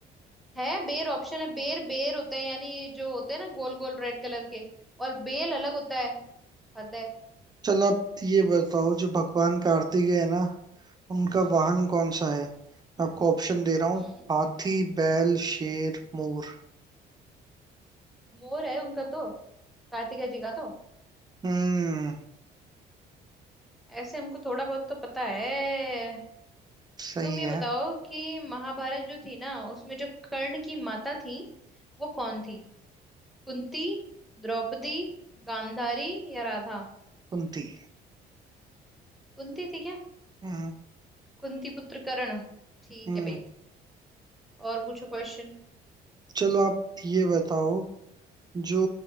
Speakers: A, in the centre; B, on the right.
A: है बेर ऑप्शन है बेर बेर होते हैं यानी जो होते हैं ना गोल गोल रेड कलर के और बेल अलग होता है हद है
B: चलो आप ये बताओ जो भगवान कार्तिक है ना उनका
A: हम्म
B: वाहन कौन सा है मैं आपको ऑप्शन दे रहा हूँ
A: हम्म
B: हाथी बैल शेर मोर
A: मोर है उनका तो कार्तिका जी का तो
B: हम्म
A: ऐसे हमको थोड़ा बहुत तो पता है
B: सही
A: तुम ये
B: है
A: बताओ कि महाभारत जो थी ना उसमें जो कर्ण की माता थी वो कौन थी कुंती द्रौपदी गांधारी या राधा
B: कुंती
A: कुंती थी क्या
B: हम्म
A: कुंती पुत्र कर्ण ठीक
B: हम्म
A: है भाई और पूछो क्वेश्चन
B: चलो आप ये बताओ जो